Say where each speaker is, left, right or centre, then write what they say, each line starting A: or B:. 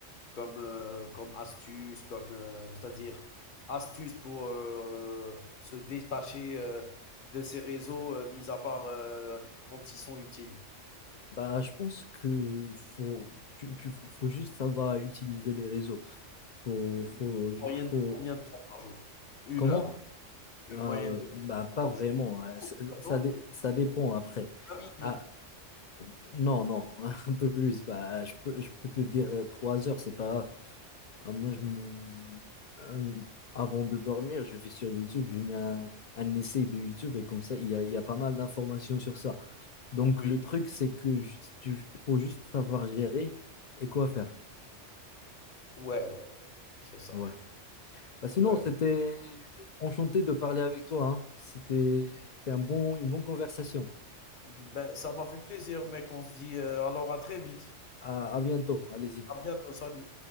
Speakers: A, on the left; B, on the left.
A: comme, euh, comme astuce, comme, euh, c'est-à-dire astuce pour euh, se détacher euh, de ces réseaux, euh, mis à part euh, quand ils sont utiles.
B: Bah, je pense que faut, tu, tu- faut juste savoir utiliser les réseaux. Faut, faut,
A: Une
B: ju-
A: moyenne
B: faut,
A: de combien de temps par jour? Une
B: comment?
A: heure. Une
B: Euh,
A: moyenne de combien
B: bah,
A: de
B: pas
A: temps par
B: vraiment.
A: jour? C'est beaucoup,
B: hein. Ça,
A: une
B: ça,
A: heure,
B: dé-
A: non?
B: ça dépend après.
A: 20
B: Ah,
A: minutes.
B: non, non, <laughs> un peu plus. Bah, je peux, je peux te dire euh, trois heures, c'est pas grave. Ah, moi, je me, euh, avant de dormir, je vais sur YouTube, je mets un, un essai de YouTube et comme ça, il y a, il y a pas mal d'informations sur ça. Donc,
A: Oui.
B: le truc, c'est que ju- tu, il faut juste savoir gérer et quoi faire.
A: Ouais, ouais, ouais, ouais. C'est ça.
B: Ouais. Bah, sinon,
A: Ouais.
B: c'était enchanté de parler avec toi, hein. C'était, c'était un bon, une bonne conversation.
A: Ben, ça m'a fait plaisir, mec. On se dit, euh, alors à très vite.
B: À, à bientôt. Allez-y.
A: À bientôt. Salut.